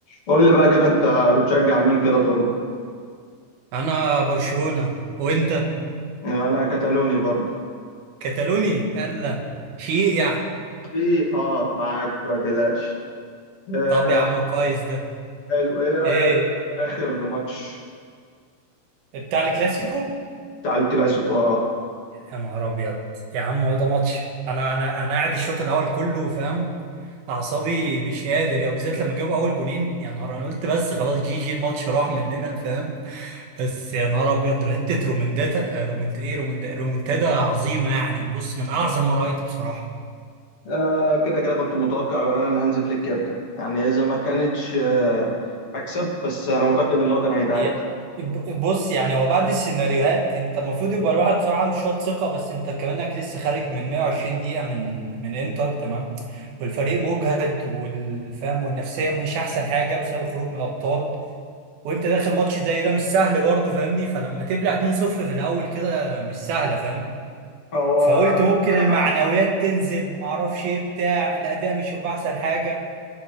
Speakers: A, on the left (about 40°); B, on the right (about 85°).
A: قول لي بقى كده انت بتشجع مين كده في اوروبا
B: انا برشلونة وانت
A: انا كتالوني برضو
B: كتالوني الا شيء يعني
A: ايه اه معاك ما تقلقش آه
B: طب يا عم كويس ده
A: حلو ايه رايك
B: ايه
A: في اخر ماتش
B: بتاع الكلاسيكو
A: بتاع الكلاسيكو اه
B: يا نهار ابيض يا عم هو ده ماتش انا انا انا قاعد الشوط الاول كله فاهم اعصابي مش قادر يا بالذات لما جابوا اول جونين يا نهار انا قلت بس خلاص جي جي الماتش راح مننا فاهم بس يا نهار ابيض حته رومنداتا رومنت ايه رومندا رومنتادا عظيمه يعني بص من اعظم ما رايت بصراحه
A: آه، كده كده كنت متوقع بامانه ان هانز فليك يرجع يعني اذا ما كانتش آه مكسب بس انا متاكد ان هو كان هيتعادل
B: هي ب- بص يعني هو بعد السيناريوهات انت المفروض يبقى الواحد بصراحه عنده شويه ثقه بس انت كمانك لسه خارج من 120 دقيقه من من انتر تمام والفريق مجهد والفهم والنفسيه مش احسن حاجه بسبب خروج من الابطال وانت داخل ماتش زي ده مش سهل برضه فاهمني فلما تبلع 2-0 في الاول كده مش سهله فاهم
A: هو
B: فقلت ممكن
A: انا
B: المعنويات
A: معاك
B: تنزل معرفش ايه بتاع الاداء مش يبقى احسن حاجه